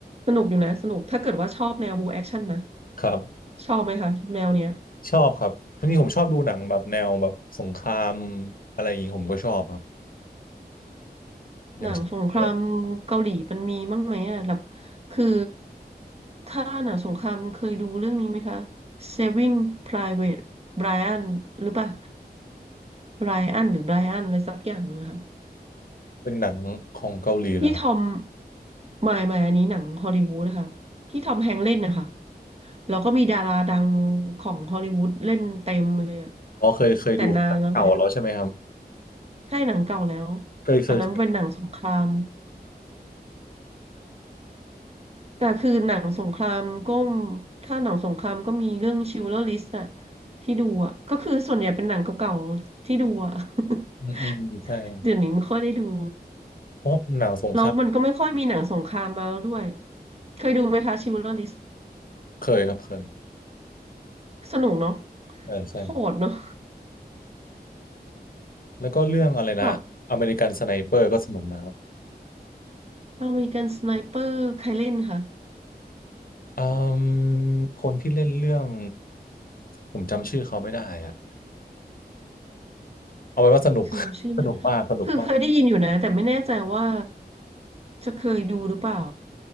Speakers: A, on the right (about 40°); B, on the left (about 60°).
A: สนุกอยู่นะสนุกถ้าเกิดว่าชอบแนวบูแอคชั่นนะ
B: ครับ
A: ชอบไหมคะแนวเนี้ย
B: ชอบครับวันนี้ผมชอบดูหนังแบบแนวแบบสงครามอะไรอย่างนี้ผมก็ชอบครับอย่างเช่น
A: หนังสงครามเกาหลีมันมีมั้างไหมอ่ะแบบคือถ้าหนังสงครามเคยดูเรื่องนี้ไหมคะ Saving Private Ryan หรือเปล่า Ryan หรือ Brian อะไรสักอย่างนะคะ
B: เป็นหนังของเกาหลีเหรอครับ
A: พี่ทอมหมายหมายอันนี้หนังฮอลลีวูดนะคะพี่ทอมแฮงค์เล่นนะคะแล้วก็มีดาราดังของฮอลลีวูดเล่นเต็มเลยอะ
B: อ๋อเคยเคยดูเก่าแล้วใช่ไหมครับ
A: แต่นานแล้วแหละใช่หนังเก่าแล้ว
B: เคยเคยเคย
A: อันนั้นเป็นหนังสงคราม แต่คือหนังสงครามก็มถ้าหนังสงครามก็มีเรื่องชิลเลอร์ลิสต์อะที่ดูอะก็คือส่วนใหญ่เป็นหนังเก่าๆที่ดูอะ <laughs>
B: อืมอืมใช่ครับ
A: เดี๋ยวนี้ไม่ค่อยได้ดู
B: เพราะหนังสงคราม
A: แล้วมันก็ไม่ค่อยมีหนังสงครามมาแล้วด้วยเคยดูไหมคะชิลเลอร์ลิสต์
B: เคยครับเคย
A: สนุกเนาะ
B: เออใช่
A: โหดเนาะ
B: แล้วก็เรื่องอะไรนะอเมริกันสไนเปอร์ก็สนุกนะครับ
A: แบบอเมริกันสไนเปอร์ใครเล่นค่ะ
B: อืมคนที่เล่นเรื่องผมจำชื่อเขาไม่ได้อะเอาไว้ว่าสนุก
A: จำชื่อไม่
B: <laughs> สนุกมากสนุกมาก
A: คือเคยได้ยินอยู่นะแต่ไม่แน่ใจว่าจะเคยดูหรือเปล่า